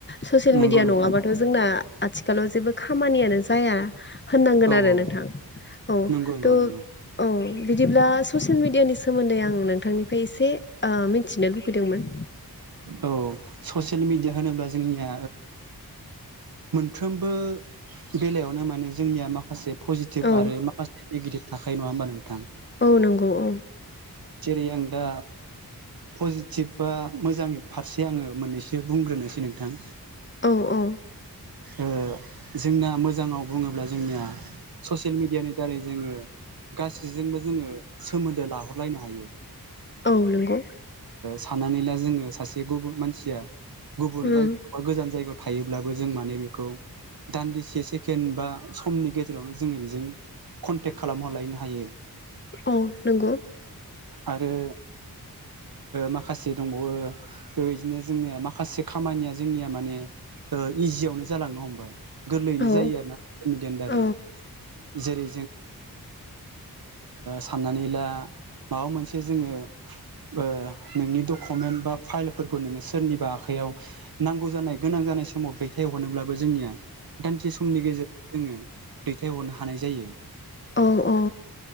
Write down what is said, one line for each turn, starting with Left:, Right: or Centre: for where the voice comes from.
Left: ससियेल
Right: नंगौ
Left: मिडिया नङाबाथ'
Right: नोंथां
Left: जोंना आथिखालाव जेबो खामानियानो जाया। होननांगोन
Right: औ
Left: आरो
Right: औ
Left: नोंथां औ
Right: नंगौ नंगौ
Left: थ'
Right: नंगौ
Left: औ बिदिब्ला ससियेल मिडियानि सोमोन्दै आं नोंथांनिफ्राय एसे मिथिनो लुबैदोंमोन।
Right: औ ससियेल मिेडिया होनोब्ला जोंनिया मोनफ्रोमबो बेलायावनो माने जोंनिया मा माखासे पजिटिभ
Left: औ
Right: आरो माखासे नेगेटिभ थाखायो नङा होमबा नोंथां?
Left: औ नंगौ औ
Right: जेरै आं दा पजिटिभ बा मोजांनि फारसे आङो मोननैसो बुंग्रोनोसै नोंथां।
Left: औ औ
Right: ओ जोंना मोजाङाव बुङोब्ला जोंनिया ससियेल मिडियानि दारै जोङो गासैजोंबो जोङो सोमोन्दो लाहरलायनो हायो।
Left: औ नंगौ
Right: सनानै जो सासे मानसिया गुब
Left: उम
Right: बाा गो जायायाव थायोब्लाबो जों माने बेखौ दान्दिसे सेकेणड बा समनि गेजेरावनो जोङो बेजों कन्टेक्ट खालामहरलायनो हायो।
Left: औ नंगौ
Right: आरो माखासे दंबावो बेदिनो जोंनिया माखासे खामानिया जोंनिया मानेष इजियावनो जालांनो हमबाय। गोरलैयैनो
Left: औ
Right: जायो आरो ना मिडियनि दारै
Left: औ
Right: जेरै जोंङ साननानै ला माबा मोनसे जोङो नोंनि डकुमेन्ट बा फाइलफोरखौ नोङो सोरनिबा आखाइयाव नांगौ जानाय गोनां जानाय समावै दैथाय हरनोब्लाबो जोंनिया दानसे समनि गेजेराव जोङो दैथायहरनो हानाय जायो।
Left: औ औ